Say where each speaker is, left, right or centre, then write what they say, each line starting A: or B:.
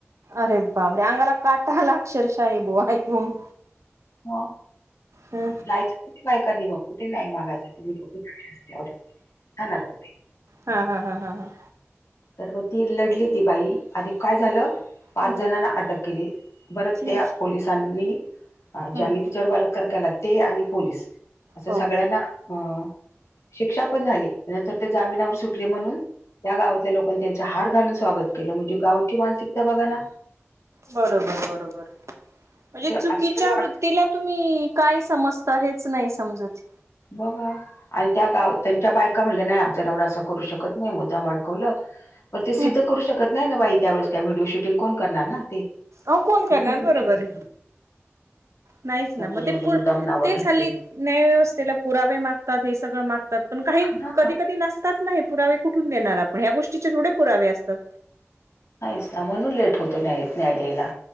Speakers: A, on the right (about 80°); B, on the left (about 75°).
A: अरे बापरे अंगला काटा आला अक्षरशा ईबुवा ऐकून
B: हो
A: हं
B: जायच कि बायकांनी मग कुठे नाही मागायचं तुम्ही लोक तशी असल्यावर जाणार कुठे
A: हा हा हा हा हा
B: तर मग ती लढली ती बाई आणि काय झालं पाच
A: हम्म
B: जणांना अटक केली परत
A: तेच
B: त्या पोलिसांनी
A: हम्म
B: ज्यांनी तिच्यावर बलात्कारा तर केला ते आणि पोलीस असं
A: हो
B: सगळ्यांना अ शिक्षा पण झाली त्या नंतर ते जामिनावर सुटले म्हणून त्या गावातल्या लोक पण त्यांचं हार घालून स्वागत केलं म्हणजे गावची मानसिकता बघा ना
A: बरोबर बरोबर म्हणजे चुकीच्या
B: आश्चर्य वाटत
A: त्रृक्तीला तुम्ही काय समजत हेच नाय समजत
B: बघा आणि त्या गावात त्यांच्या बायका म्हणल्या नाही आमच्या नवरा असं करू शकत नाही मुद्दाम अडकवलं पण ते
A: हम्म
B: सिद्ध करू शकत नाही ना बाई त्यावेेळेस काय व्हिडिओ शूटिंग कोण करणार ना ते
A: अ कोण
B: सिद्ध
A: करणार
B: करू
A: बरोबर
B: शकत
A: आहे,
B: नाही.
A: नाहीच ना
B: कोणी
A: मग ते
B: म्हणे
A: पूर
B: मुद्दाम नावं
A: तेच
B: घेतली
A: हल्ली न्यायव्यवस्थेला पुरावे मागतात हे सगळं मागतात पण काही
B: हा
A: कधी कधी नसत ना-ही पुरावे कुठून देणार आपण ह्या गोष्टीचे थोडे पुरावे असतात.
B: आहिस्ता ना म्हणून लेट होतो न्याय द्यायला